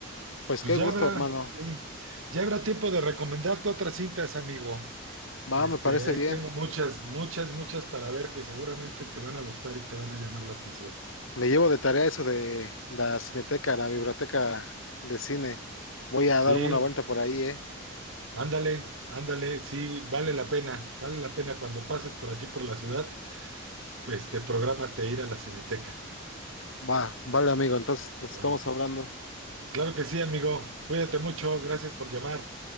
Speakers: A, on the left; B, on the right.
A: pues
B: Pues
A: qué
B: ya
A: gusto,
B: habrá,
A: hermano.
B: sí, ya habrá tiempo de recomendarte otras cintas, amigo. Este,
A: Va, me parece
B: ahí
A: bien.
B: tengo muchas, muchas, muchas para ver que seguramente te van a gustar y te van a llamar la atención.
A: Me llevo de tarea eso de la cineteca, la biblioteca de cine. Voy a
B: Sí,
A: darme una vuelta por ahí, ¿eh?
B: ándale, ándale, sí, vale la pena, vale la pena cuando pases por aquí por la ciudad, pues te prográmate ir a la Cineteca.
A: Va, vale, amigo, entonces nos
B: Bueno,
A: estamos hablando.
B: claro que sí, amigo. Cuídate mucho, gracias por llamar.